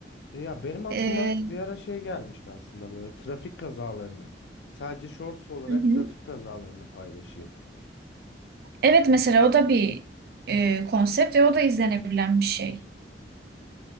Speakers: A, on the left; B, on the right.
A: E Ya benim aklıma
B: Ee,
A: bir ara şey gelmişti aslında böyle trafik kazalarını. Sadece shorts olarak
B: hı hı.
A: trafik kazalarını paylaşayım.
B: Evet mesela o da bir e, konsept ve o da izlenebilen bir şey.